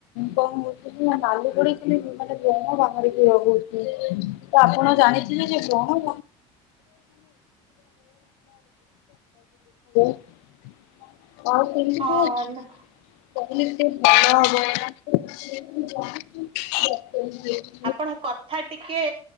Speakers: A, on the left; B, on the right.
A: ହଉ ଏବେ ସିନା ନାଲି ପଡିକି ଖାଲି ଉଁ ମାନେ ବ୍ରଣ ବାହାରରିକି ରହୁଛି ତ ଆପଣ ଜାଣି ଥିବେ ଯେ ବ୍ରଣ <unintelligible> <unintelligible> <unintelligible>
B: ହଁ ନା
A: <unintelligible>
B: ଆପଣଙ୍କ କଥା ଟିକେ